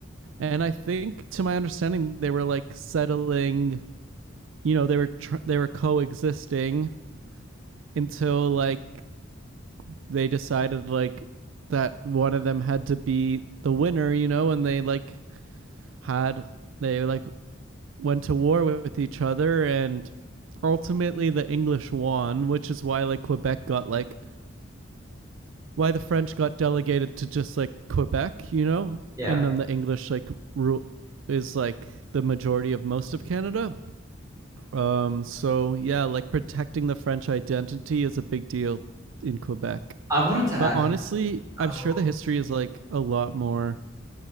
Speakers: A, on the right; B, on the right.
A: And I think to my understanding they were like settling, you know, they were tr- they were coexisting until like they decided like that one of them had to be the winner, you know, and they like had they like went to war with each other and ultimately the English won, which is why like Quebec got like why the French got delegated to just like Quebec, you know,
B: Yeah.
A: and then the English like rule is like the majority of most of Canada. Um, so yeah, like protecting the French identity is a big deal in Quebec.
B: I wanted to
A: But
B: ask
A: honestly,
B: how
A: I'm sure the history is like a lot more.